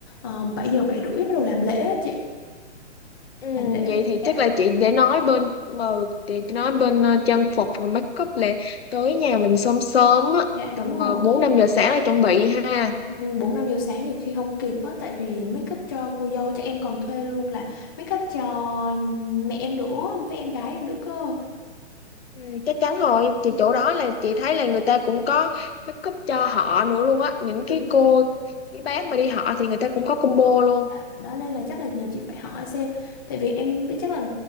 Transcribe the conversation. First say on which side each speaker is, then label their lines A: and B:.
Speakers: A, on the left; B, on the left.
A: uh, 7 giờ 7 rưỡi bắt đầu làm lễ á chị
B: Ừ,
A: làm lễ
B: vậy thì
A: dạ
B: chắc là chị để nói bên mà chị nói bên ờ, trang phục rồi make up là tới nhà mình sớm sớm á
A: dạ đúng
B: tầm
A: rồi
B: ờ, bốn năm giờ sáng là chuẩn bị ha
A: ừ, 4 5 giờ sáng nhiều khi không kịp á tại vì make up cho cô dâu chắc em còn thuê luôn là make up cho mẹ em nữa với em gái em nữa cơ
B: ừ, chắc chắn rồi
A: Ừ,
B: thì chỗ đó là chị thấy là người ta cũng có make up cho họ nữa luôn á những
A: đúng
B: cái cô
A: rồi
B: cái bác mà đi họ thì người ta cũng có combo luôn
A: Dạ, đó nên là chắc là nhờ chị phải hỏi xem tại vì em biết chắc là